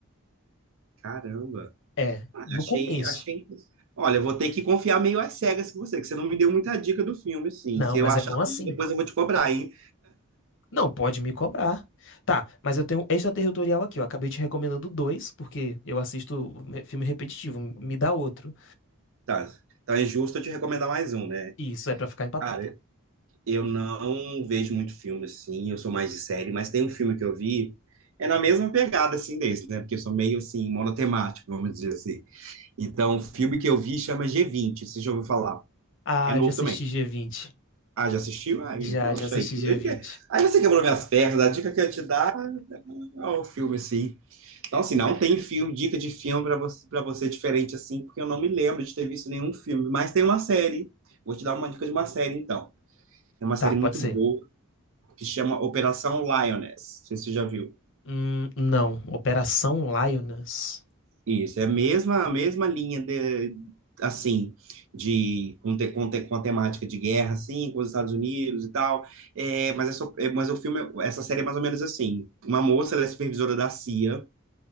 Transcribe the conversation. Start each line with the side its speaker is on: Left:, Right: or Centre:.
Right: Caramba.
Left: É,
Right: Ah,
Left: no
Right: achei,
Left: começo.
Right: achei. Olha, eu vou ter que confiar meio às cegas com você, que você não me deu muita dica do filme, sim.
Left: Não,
Right: Se eu
Left: mas
Right: achar
Left: é bom assim.
Right: ruim, depois eu vou te cobrar, hein?
Left: Não, pode me cobrar. Tá, mas eu tenho um extraterritorial aqui, ó. Acabei te recomendando dois, porque eu assisto é, filme repetitivo. Me dá outro.
Right: Tá. Então é justo eu te recomendar mais um, né?
Left: E Isso é pra ficar empatado.
Right: Cara, eu não vejo muito filme assim, eu sou mais de série, mas tem um filme que eu vi, é na mesma pegada assim desse, né? Porque eu sou meio assim, monotemático, vamos dizer assim. Então, o filme que eu vi chama G20, você já ouviu falar?
Left: Ah,
Right: É novo
Left: eu já assisti
Right: também.
Left: G20.
Right: Ah, já assistiu? Aí,
Left: Já,
Right: poxa,
Left: já assisti
Right: aí.
Left: G20.
Right: Aí você quebrou minhas pernas. A dica que eu ia te dar é o filme, assim. Então, assim, não tem filme, dica de filme para você, para você diferente, assim, porque eu não me lembro de ter visto nenhum filme. Mas tem uma série. Vou te dar uma dica de uma série, então. É uma
Left: Tá,
Right: série
Left: pode
Right: muito
Left: ser.
Right: boa que chama Operação Lioness. Não sei se você já viu.
Left: Hum, não. Operação Lioness.
Right: Isso, é a mesma, a mesma linha de, assim, de com, te, com, te, com a temática de guerra, assim, com os Estados Unidos e tal. É, mas, é só- é, mas o filme, essa série é mais ou menos assim. Uma moça, ela é supervisora da CIA,